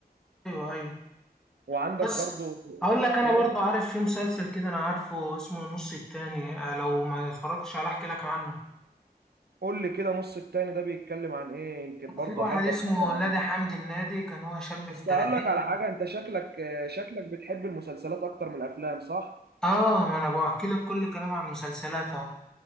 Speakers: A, in the centre; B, on the right.
A: أيوه أيوه
B: وعندك
A: بس
B: برضو
A: هقول لك انا
B: ايه
A: برضو عارف في مسلسل كده انا عارفه اسمه النص التاني آه، لو ما اتفرجتش عليه احكي لك عنه
B: قول لي كده نص التاني ده بيتكلم عن ايه يمكن برضو
A: في واحد
B: احب
A: اسمه
B: اتفرج عليه
A: نادي حمدي النادي كان هو شاب في
B: بس
A: الثلاثين
B: هقول لك على حاجه انت شكلك آه، شكلك بتحب المسلسلات اكتر من الافلام صح
A: اه ما انا بحكي لك كل كلام عن مسلسلاتها